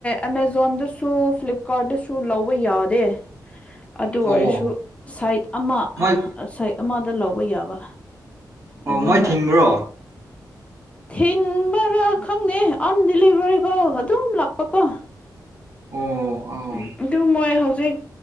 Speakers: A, on the left (about 15°); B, on the right (about 40°).
A: ꯑꯃꯃꯥꯖꯣꯟꯗꯁꯨ ꯐ꯭ꯂꯤꯞꯀꯥꯔꯠꯇꯁꯨ ꯂꯧ ꯇꯧꯕ ꯌꯥꯗꯦ ꯑꯗꯨ
B: ꯑꯣ
A: ꯑꯣꯏꯔꯁꯨ ꯁꯥꯏꯠ ꯑꯃ
B: ꯃꯣꯏ
A: ꯁꯥꯏꯠ ꯑꯃꯗ ꯂꯧꯕ ꯌꯥꯕ
B: ꯑꯣ
A: ꯑꯗꯨꯒ
B: ꯃꯣꯏ ꯊꯤꯡꯕ꯭ꯔꯣ
A: ꯊꯤꯟꯕꯔꯥ ꯈꯪꯗꯦ ꯑꯝ ꯗꯤꯂꯤꯚꯔ ꯀꯣ ꯑꯗꯨꯝ ꯂꯥꯛꯄꯀꯣ
B: ꯑꯣ ꯑꯥ
A: ꯎꯝ ꯑꯗꯨ ꯃꯣꯏ ꯍꯧꯖꯤꯛ